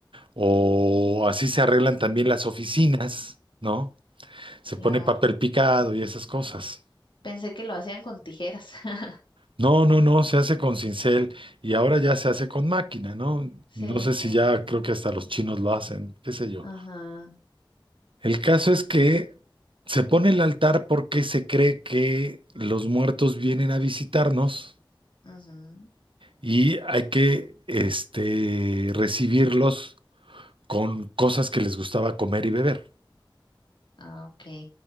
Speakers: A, on the right; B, on the left.
A: o así se arreglan también las oficinas, ¿no? Se
B: claro.
A: pone papel picado y esas cosas.
B: Pensé que lo hacían con tijeras. <laughs>
A: No, no, no, se hace con cincel y ahora
B: Mm.
A: ya se hace con máquina, ¿no?
B: Sí,
A: No sé
B: sí.
A: si ya creo que hasta los chinos lo hacen, qué sé yo.
B: Ajá,
A: El caso es que se pone el altar porque se cree que los muertos vienen a visitarnos
B: ujú.
A: y hay que, este, recibirlos con cosas que les gustaba comer y beber.
B: Ah, ok.